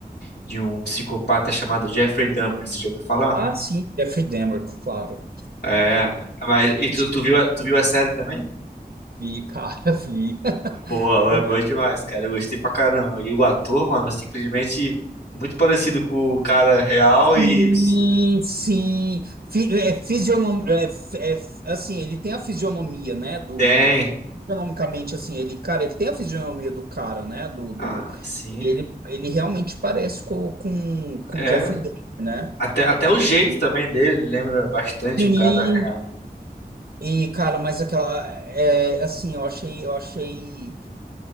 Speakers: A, on the left; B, on the right.
A: de um psicopata chamado Jeffrey Dahmer, você já ouviu falar?
B: Ah, sim. Jeffrey Dahmer, claro.
A: É, mas
B: <laughs>
A: e tu, tu viu a, tu viu a série também?
B: Vi, cara, vi.
A: Boa,
B: Eu-
A: é boa
B: <laughs>
A: demais, cara. Eu gostei pra caramba. E o ator, mano, simplesmente muito parecido com o cara real e
B: Sim,
A: eles
B: sim. Fi- é, fisionom, é, f- é, f- assim, ele tem a fisionomia, né? Do,
A: têm.
B: do, fisionomicamente, assim, ele, cara, ele tem a fisionomia do cara, né? Do, do,
A: Ah, sim.
B: e ele, ele realmente parece com, com, com
A: É.
B: Jeffrey Dahmer, né?
A: Até, até
B: E-
A: o jeito
B: e-
A: também dele lembra bastante
B: Sim,
A: o cara real.
B: E, cara, mas aquela. É, assim, eu achei, eu achei.